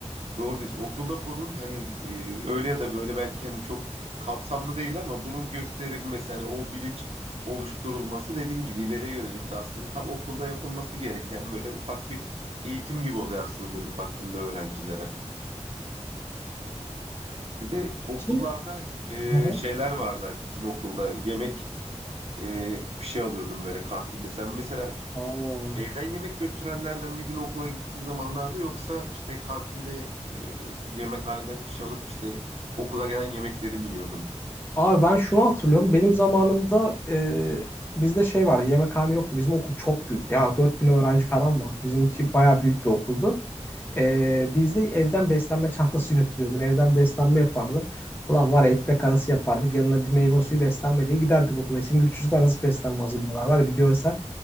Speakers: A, on the right; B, on the left.
A: doğru diyorsun. Okulda bunun hani e, öyle ya da böyle belki hani çok kapsamlı değil ama bunun gösterilmesi hani o bilinç oluşturulması dediğin gibi ileriye yönelik de aslında tam okulda yapılması gereken böyle ufak bir eğitim gibi oluyor aslında dönüp baktığında öğrencilere. Bir de okullarda
B: Ki
A: e,
B: Hı hı.
A: şeyler vardı bizim okulda yemek e, şey alıyordum böyle kantinde. Sen mesela
B: Ha.
A: evden yemek götürenlerden miydin okula gittiğin zamanlarda yoksa işte kantinde e, yemekhaneden fiş alıp işte okula gelen yemekleri mi yiyordun?
B: Abi ben şunu hatırlıyorum. Benim zamanımda e, bizde şey vardı. Yemekhane yoktu. Bizim okul çok büyüktü. Ya 4000 öğrenci falan vardı. Bizimki bayağı büyük bir okuldu. Ee, biz evden beslenme çantası götürüyordun. Evden beslenme yapardın. Ulan var ya ekmek arası yapardık. Yanına bir meyve suyu beslenme diye giderdik okula. Şimdi çocuklar nasıl beslenme hazırlıyorlar var ya bir görsen.